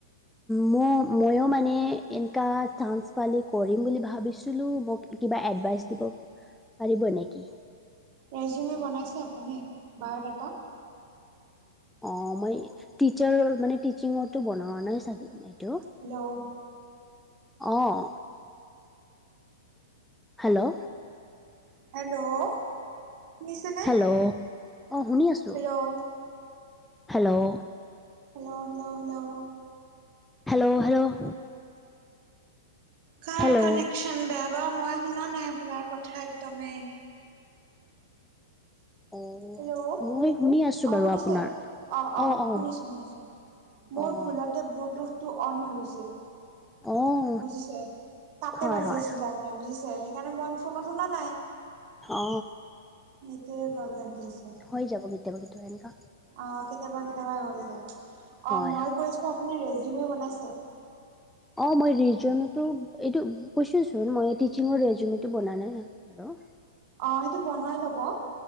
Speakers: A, in the centre; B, on the right.
A: ম- ময় মানে এনকা চান্স পালি কৰিম বুলি ভাবিছিলো মোক কিবা এডভাইচ দিব পাৰিব নেকি?
B: ৰেজিউমে বনাইছে আপুনি বায়ডাটা?
A: অ, মই টিচাৰৰ মানে টিচিঙৰটো বনাৱা নাই চাগে মানে এইটো।
B: হেল্ল',
A: অ', হেল্ল',
B: হেল্ল', শুনিছেনে?
A: হেল্ল', অ, শুনি আছো
B: hello
A: hello,
B: hello, hello, hello,
A: hello, hello,
B: কাৰ
A: হেল্ল'
B: কানেকচন বেয়া? ৰবা মই শুনা নাই আপোনাৰ কথা একদমেই।
A: অঁ
B: হেল্ল'
A: মই শুনি আছোঁ
B: অ
A: বাৰু
B: শুনিছে?
A: আপোনাৰ
B: অ-অ
A: অঁ অঁ
B: শুনিছো, শুনিছো। মোৰ
A: অঁ
B: ভুলতে ব্লুটুথটো অন হৈ গৈছিল।
A: অঁ
B: বুজিছে? তাতে
A: হয়
B: বাজি
A: হয়
B: আছিল তাৰমানে, বুজিছে? সেইকাৰণে মই ফোনত শুনা নাই।
A: অ।
B: সেইটোৱে প্ৰব্লেম দি আছে।
A: হৈ যাব কেতিয়াবা কেতিয়াবা এনেকা।
B: অ কেতিয়াবা কেতিয়াবা হৈ যায়।
A: হয়
B: অ মই
A: হয়।
B: কৈ আছিলো আপুনি ৰেজিউমি বনাইছে?
A: অ মই ৰেজিমিউটো, এইটো কৈছোৱেচোন মই টিচিঙৰ ৰেজিমিওটো বনা নাই। হেল্ল'।
B: অ সেইটো বনাই ল'ব,